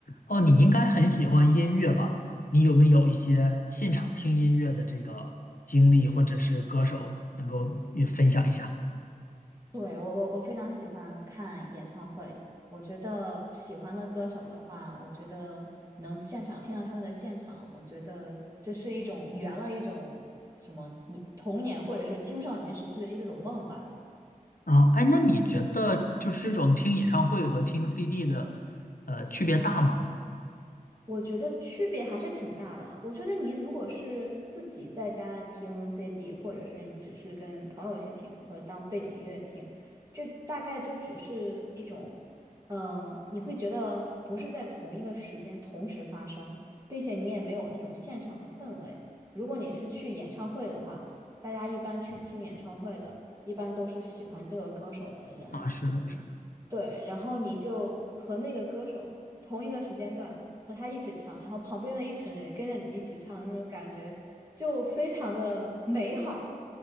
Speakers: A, on the left; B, on the right.
A: 哦，你应该很喜欢音乐吧？你有没有一些现场听音乐的这个经历，或者是歌手能够也分享一下？
B: 对，我我我非常喜欢看演唱会。我觉得喜欢的歌手的话，我觉得能现场听到他们的现场，我觉得这是一种圆了一种什么你童年或者是青少年时期的一种梦吧。
A: 啊，哎，那你觉得就是这种听演唱会和听 CD 的，呃，区别大吗？
B: 我觉得区别还是挺大的。我觉得您如果是自己在家听 CD，或者是你只是跟朋友一起听，或者当背景音乐听，这大概就只是一种，嗯、你会觉得不是在同一个时间同时发生，并且你也没有那种现场的氛围。如果你是去演唱会的话，大家一般去听演唱会的，一般都是喜欢这个歌手的人，
A: 啊，是的，是的。
B: 对，然后你就和那个歌手同一个时间段和他一起唱，然后旁边的一群人也跟着你一起唱，那种感觉就非常的美好。